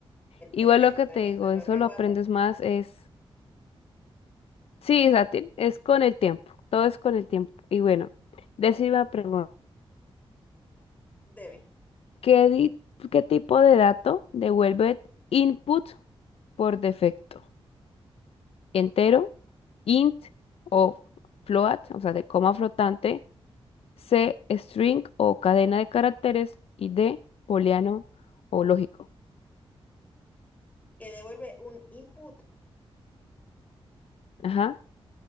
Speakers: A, on the left; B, on the left.
A: Igual
B: Tremendo,
A: lo que
B: tremendo,
A: te digo,
B: lo
A: eso
B: reguardo.
A: lo aprendes más es... Sí, Sati, es con el tiempo, todo es con el tiempo. Y bueno, decime la pregunta,
B: Deme.
A: ¿qué, di- qué tipo de dato devuelve input por defecto? entero, int o float, o sea, de coma flotante, c, string o cadena de caracteres y d, booleano o lógico.
B: Que devuelve un input,
A: Ajá,